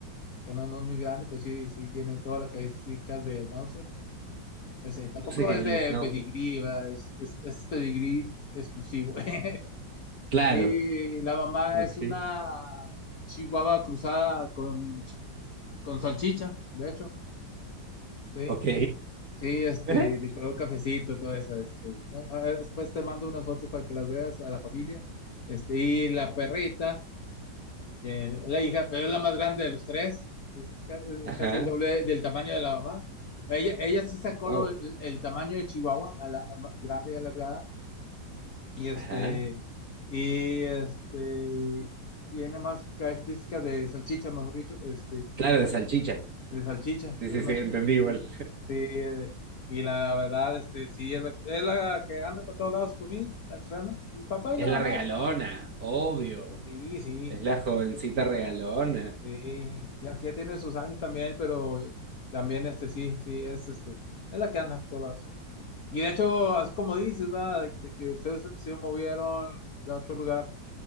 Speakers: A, on the left; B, on the right.
A: que no, no es muy grande, pero sí, sí tiene todas las características de Nauser. Ese, tampoco
B: No sé qué
A: es
B: es
A: de
B: el schnauzer.
A: pedigrí, ¿verdad? Es, es, es pedigrí exclusivo. <laughs>
B: Claro,
A: Y la mamá
B: ok,
A: es una chihuahua cruzada con, chi- con salchicha, de hecho, sí.
B: ok.
A: Sí, este,
B: <laughs> Ajá,
A: de color cafecito, todo eso, este. Ah, ah, Después te mando unas fotos para que las veas a la familia. Este, y la perrita. eh, la hija, pero es la más grande de los tres, es, ca- es
B: ajá,
A: casi el doble del tamaño de la mamá. Ella, ella sí sacó
B: wow,
A: lo- el, el tamaño de Chihuahua, a la, a- ma- grande y alargada, y este,
B: ajá.
A: y este, tiene más características de salchicha, mejor dicho, este,
B: Claro, de salchicha.
A: de salchicha,
B: Sí,
A: realmente.
B: sí, sí, entendí igual.
A: Este, y la verdad, este, sí, es la, es la que anda para todos lados conmigo, realmente. El
B: <laughs>
A: papá y
B: Es
A: la
B: la
A: mamá,
B: regalona, obvio.
A: sí, sí.
B: Es la jovencita regalona,
A: Sí, y aquí ya tiene sus años también, pero también este sí, sí, es este, es la que anda por todos lados. Y de hecho, así como dices, ¿verdad? De, de que ustedes se movieron de otro lugar.